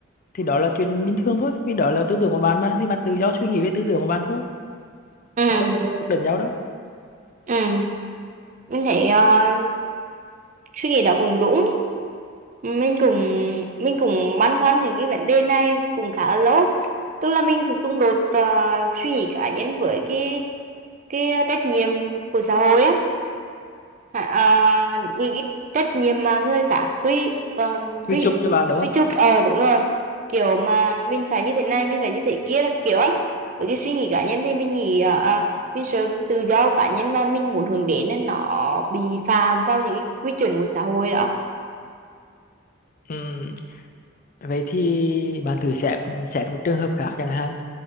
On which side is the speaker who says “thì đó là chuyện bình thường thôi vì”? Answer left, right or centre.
Left